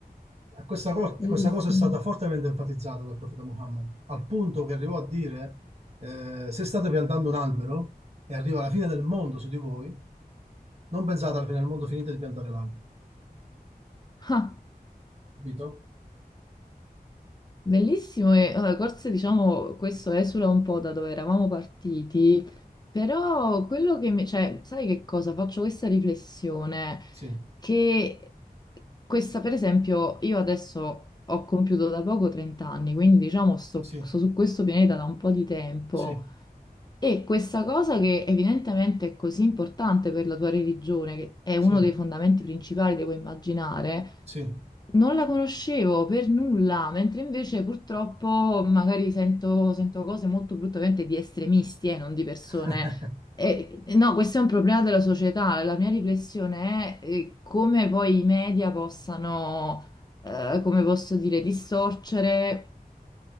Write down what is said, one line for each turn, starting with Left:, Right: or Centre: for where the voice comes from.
Right: Eh, Questa, co- questa
Left: Bellissimo.
Right: cosa è stata fortemente enfatizzata dal profeta Muhammad, al punto che arrivò a dire, eh, se state piantando un albero e arriva la fine del mondo su di voi, non pensate alla fine del mondo, finite di piantare l'albero,
Left: Ah,
Right: capito?
Left: bellissimo e eh, forse diciamo questo esula un po' da dove eravamo partiti, però quello che mi... cioè, sai che cosa? Faccio questa riflessione
Right: Sì,
Left: che questa, per esempio, io adesso ho compiuto da poco 30 anni, quindi diciamo sto,
Right: sì,
Left: sto su questo pianeta da un po' di tempo.
Right: sì,
Left: E questa cosa che evidentemente è così importante per la tua religione, che è uno
Right: sì,
Left: dei fondamenti principali, devo immaginare,
Right: sì.
Left: non la conoscevo per nulla, mentre invece purtroppo magari sento, sento cose molto brutte, ovviamente di estremisti e non di persone.
Right: <laughs>
Left: E- no, questo è un problema della società. La mia riflessione è eh, come poi i media possano, eh, come posso dire, distorcere